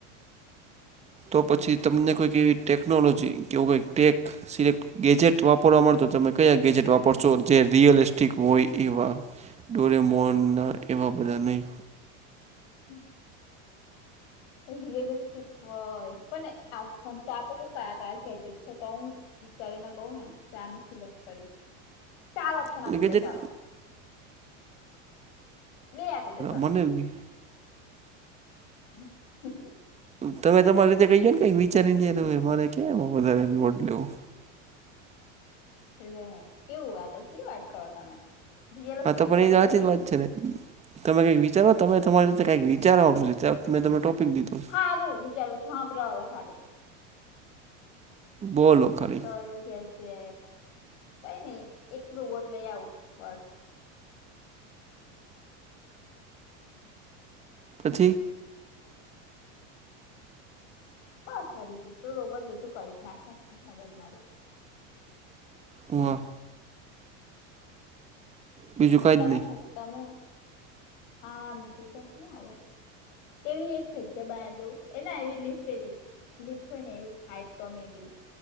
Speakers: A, on the right (about 15°); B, on the left (about 65°).
A: તો પછી તમને કોઈક એવી ટેકનોલોજી કેવું, કોઈ ટેક સિલેક્ટ. ગેજેટ વાપરવા માં તો તમે કયા ગેજેટ વાપરશો, જે રિયલિસ્ટિક હોય એવા? ડોરેમોનના એવા બધા નહીં.
B: હમ. રિયલિસ્ટિક હોય પણ તો આપો કે કયા કયા ગેજેટ છે, તો હું. વિચારીને કહું ને, કયા અ સિલેક્ટ કરીશ? ચાર ઓપ્શન
A: એટલે
B: આપી
A: ગેજેટ
B: લો, ચાલો. બે આપી તો ચાલો,
A: મને
B: બે.
A: બી
B: હ હ.
A: તમે તમારી રીતે ક ને કંઈક વિચારીને હવે મારે કેમ વધારે લેવું?
B: લે, કેવું આ તો કે વાત કરો તમે. રિયલિસ્ટિક
A: હા, તો પણ
B: ગેજેટ
A: એ સાચી જ વાત છે ને. તમે કંઈક વિચારો તમે તમારી રીતે કઈક વિચારવાનું છે, મેં તને ટોપિક દીધું.
B: સારું, વિચારું છું. સાંભળ હવે ખાલી.
A: બોલો ખરે.
B: કે છે, કઈ નહીં, એકલું વોટ લઈ આવીશું.
A: નથી.
B: કરી, બીજું રોબોટ બધું કરી નાખે, મગજ મારી.
A: વાહ. બીજું કાંઈ
B: તમે,
A: જ નહીં
B: તમે હા, બીજું તો શું હ. એવી એક જગ્યા બડુ, એના એવી લિફ્ટ એવી. ફ ને એવું સા, તો મે બી